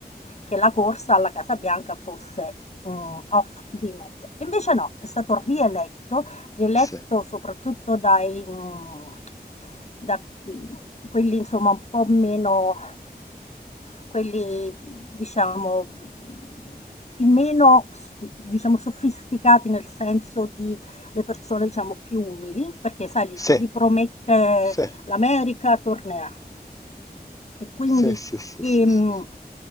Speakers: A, on the left (about 40°); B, on the left (about 20°).
A: che la corsa alla Casa Bianca fosse mm, off limit. Invece no, è stato rieletto rieletto
B: sì,
A: soprattutto dai, mhmm, da, mhmm, quelli insomma un po' meno quelli diciamo, mhmm, i meno s diciamo sofisticati nel senso di le persone diciamo più umili, perché sai, li
B: sì,
A: li promette
B: sì,
A: l'America tornerà. E quindi
B: sì, sì, sì,
A: ehm,
B: sì. sì.